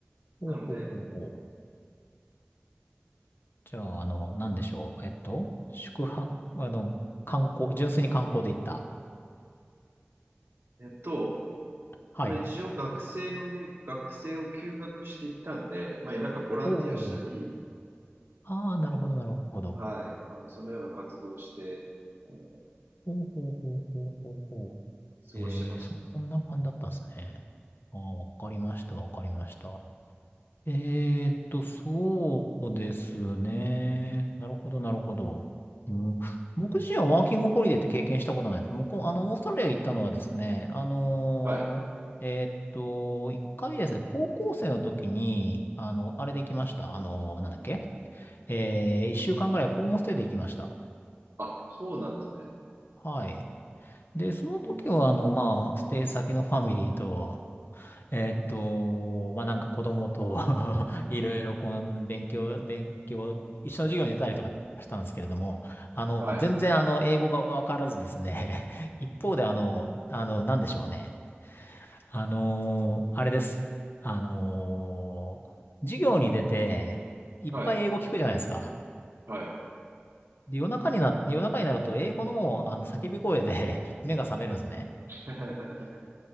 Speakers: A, on the right (about 70°); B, on the left (about 60°).
A: なので、
B: ほうほうほうほう。じゃあ、あの、なんでしょう。えっと、宿泊、あの、観光、純粋に観光で行った。
A: えっと、
B: はい。
A: まあ、一応学生のみ、学生を休学していったんで、まあ、なんかボランティアしたり、
B: おお。ああ、なるほど、なるほど。
A: はい、あの、そのような活動をして、あの
B: ほうほうほうほうほうほう。
A: 過ごしてました。
B: えー、そんな感じだったんですね。ああ、わかりました、わかりました。えーっと、そうですね。なるほど、なるほど。うん、僕自身はワーキングホリデーって経験したことないです。僕、あの、オーストラリア行ったのはですね、あのーえーっと、
A: はい。
B: 一回ですね、高校生の時に、あの、あれで行きました。あのーなんだっけえー、一週間ぐらいホームステイで行きました。
A: あ、そうなんですね。
B: はい。で、その時は、
A: あ、温泉。
B: あの、まあ、ステイ先のファミリーと、えーっと、まあ、なんか子供と <laughs> いろいろこの勉強、勉強、一緒の授業に出たりとかしたんですけれども、あの、
A: はい、
B: 全然あの、英語がわからずですね、<laughs> 一方であの、あの、なんでしょうね。あの、あれです。あの、授業に出て、いっぱい英語聞くじゃないですか。
A: はい、はい。
B: で、夜中にな、夜中になると英語のあの、叫び声で <laughs> 目が覚めるんですね。
A: <laughs>